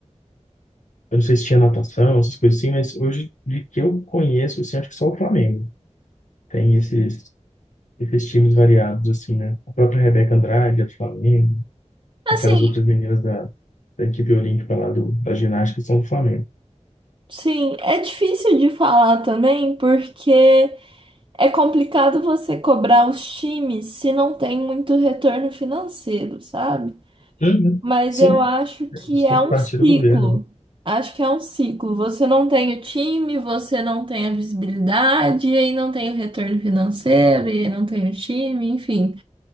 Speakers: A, on the left; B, on the right.
A: Eu não sei se tinha natação, essas coisas assim, mas hoje, de que eu conheço, assim, acho que só o Flamengo tem esses, esses times variados, assim, né? A própria Rebeca Andrade, é do Flamengo,
B: Assim,
A: aquelas outras meninas da, da equipe olímpica lá do, da ginástica são do Flamengo.
B: sim, é difícil de falar também, porque é complicado você cobrar os times se não tem muito retorno financeiro, sabe?
A: Uhum.
B: Mas
A: Sim,
B: eu acho que
A: É Isso
B: é
A: tem que
B: um
A: partir
B: ciclo.
A: do governo.
B: Acho que é um ciclo. Você não tem o time, você não tem a visibilidade, e aí não tem o retorno financeiro, e aí não tem o time, enfim.